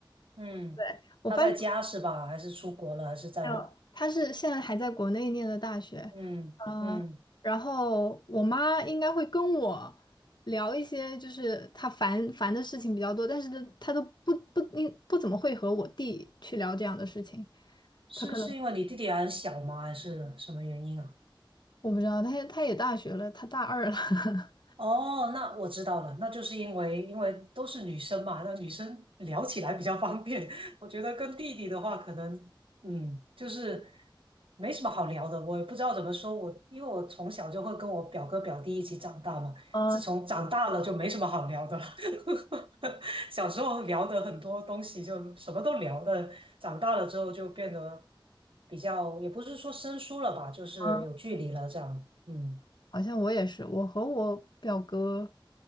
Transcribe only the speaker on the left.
对，我发现
还有他是现在还在国内念的大学，
啊、然后我妈应该会跟我聊一些就是她烦烦的事情比较多，但是她她都不不应不怎么会和我弟去聊这样的事情，
他可能
我不知道，他也他也大学了，他大二了，<laughs>
嗯
嗯，
好像我也是，我和我表哥。